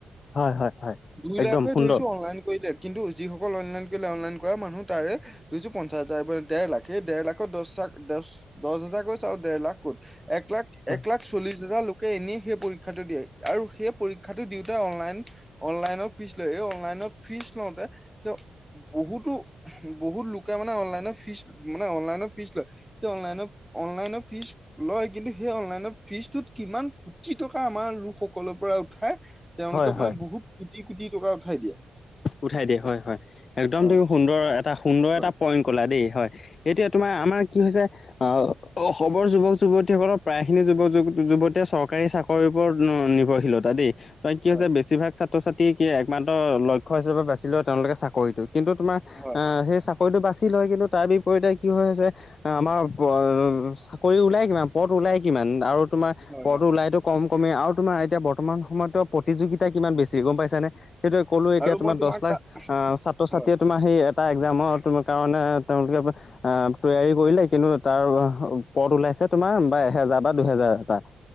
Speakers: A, on the left; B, in the centre.
A: হয় হয় হয়
B: দুই
A: একদম
B: লাখে
A: সুন্দৰ
B: ধৰিছোঁ অনলাইন কৰিলে, কিন্তু যিসকল অনলাইন কৰিলে অনলাইন কৰা মানুহ তাৰে- ধৰিছো পঞ্চাছ হাজাৰ পৰা ডেৰ লাখ, সেই ডেৰ লাখৰ দহ লাখ, দহ দহ হাজাৰ ক'ত চা আৰু ডেৰ লাখ ক'ত, এক লাখ এক
A: হয়
B: এক লাখ চল্লিশ হাজাৰ লোকে এনেই সেই পৰীক্ষাটো দিয়ে আৰু সেই পৰীক্ষাটো দিওঁতে অনলাইন অনলাইনৰ ফিজ লয়, এই অনলাইনৰ ফিজ লওঁতে তেওঁ বহুতো বহুত লোকে মানে অনলাইনৰ ফিজ মানে অনলাইনৰ ফিজ লয়। সেই অনলাইনৰ, অনলাইনৰ ফিজ লয় কিন্তু সেই অনলাইনত ফিজটোত কিমান কোটি টকা আমাৰ লোকসকলৰ পৰা উঠাই- তেওঁলোকে
A: হয় হয়।
B: মানে বহুত কোটি কোটি টকা উঠাই দিয়ে।
A: উঠাই দিয়ে, হয় হয়। একদম
B: হয়
A: তুমি সুন্দৰ এটা সুন্দৰ
B: হয়
A: এটা পইণ্ট কলা দেই হয়। এতিয়া তোমাৰ আমাৰ কি হৈছে- অঁ' অসমৰ যুৱক যুৱতীসকলৰ প্ৰায় খিনি যুৱক-যুৱতীয়ে চৰকাৰী চাকৰি ওপৰত নিৰ্ভৰশীলতা দেই। তাইত কি
B: হয়
A: হৈছে বেছিভাগ ছাত্ৰ-ছাত্ৰী কি একমাত্ৰ লক্ষ্য হিচাপে বাচি লয় তেওঁলোকে চাকৰিটো। কিন্তু তোমাৰ
B: হয়
A: আহ' সেই চাকৰিটো বাছি লয় কিন্তু তাৰ বিপৰীতে কি হৈ আছে- আমাৰ চাকৰি ওলাই কিমান পদ ওলাই কিমান আৰু তোমাৰ
B: হয়
A: পদটো
B: হয় হয়
A: ওলাইটো কম কমেই আৰু তোমাৰ এতিয়া বৰ্তমান সময়তো প্ৰতিযোগিতা কিমান বেছি গম পাইছানে। সেইটোৱে ক'লো এতিয়া
B: আৰু
A: তোমাৰ
B: মই তোমাক
A: দহ লাখ
B: তা
A: আহ' ছাত্ৰ-ছাত্ৰীয়ে
B: হয়
A: তোমাৰ সেই এটা একজামৰ কাৰণে তেওঁলোকে আহ' তৈয়াৰী কৰিলে কিন্তু তাৰ পদ ওলাইছে তোমাৰ বা এহেজাৰ বা দুহেজাৰ এটা।